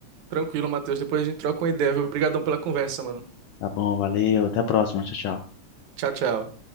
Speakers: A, on the right; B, on the left.
A: Tranquilo, Matheus. Depois a gente troca uma ideia, viu? Obrigadão pela conversa, mano.
B: Tá bom, valeu, até a próxima, tchau, tchau.
A: Tchau, tchau.